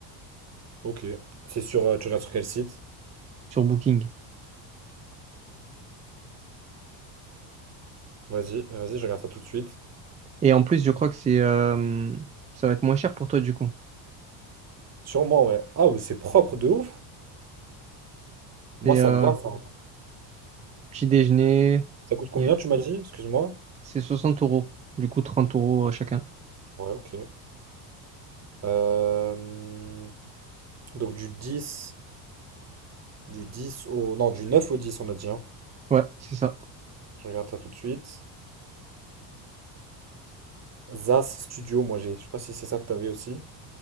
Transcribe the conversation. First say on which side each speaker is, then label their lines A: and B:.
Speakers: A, on the right; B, on the right.
A: Ok. C'est sur, euh, tu regardes sur quel site?
B: sur Booking.
A: Vas-y, euh, vas-y, je regarde ça tout de suite.
B: Et en plus, je crois que c'est euh, ça va être moins cher pour toi du coup.
A: Sûrement, ouais. Ah, mais c'est propre de ouf. Moi,
B: C'est
A: ça
B: euh,
A: me va, ça.
B: petit déjeuner,
A: Ça coûte combien,
B: il y
A: tu m'as dit? Excuse-moi.
B: C'est 60 euros. Du coup, 30 euros euh, chacun.
A: Ouais, ok. Euh, Donc, du dix, du 10 au... Non, du 9 au dix, on a dit, hein.
B: Ouais, c'est ça.
A: Je regarde ça tout de suite. ZAS Studio, moi, j'ai. Je sais pas si c'est ça que t'avais aussi.